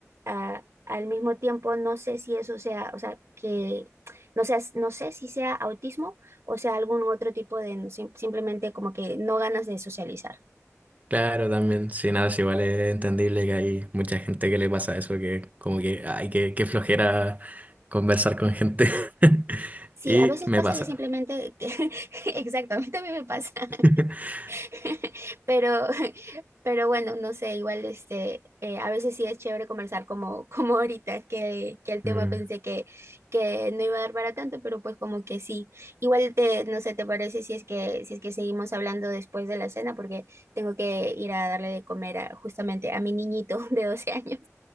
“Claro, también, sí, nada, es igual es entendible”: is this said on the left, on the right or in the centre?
Right